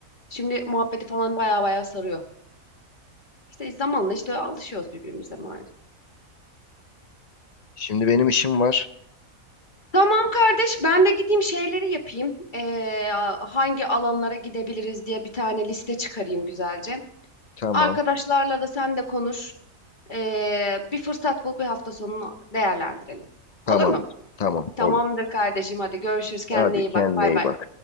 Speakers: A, on the left (about 35°); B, on the left (about 70°).
A: şimdi muhabbeti falan baya baya sarıyor. İşte zamanla işte alışıyoruz birbirimize maalesef.
B: Şimdi benim işim var.
A: Tamam kardeş ben de gideyim şeyleri yapayım. Ee, hangi alanlara gidebiliriz diye bir tane liste çıkarayım güzelce.
B: Tamam.
A: Arkadaşlarla da sen de konuş. Ee, bir fırsat bul bir hafta sonunu değerlendirelim.
B: Tamam.
A: Olur mu?
B: Tamam.
A: Tamamdır
B: Olur.
A: kardeşim hadi görüşürüz kendine
B: Hadi
A: iyi
B: kendine
A: bak bay
B: iyi
A: bay.
B: bak.